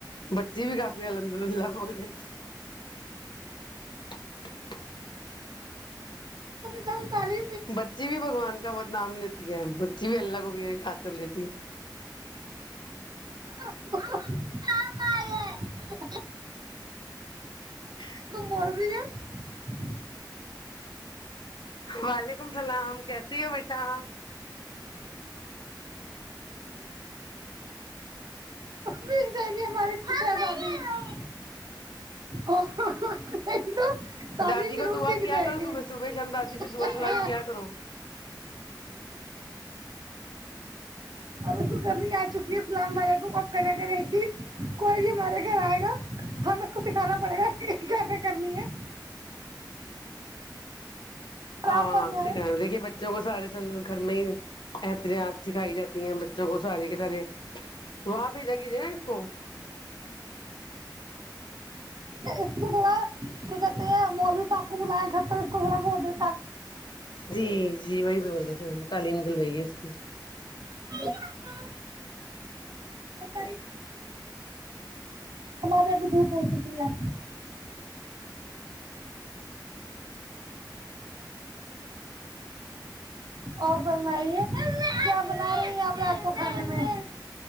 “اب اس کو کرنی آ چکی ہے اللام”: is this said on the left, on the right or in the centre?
Right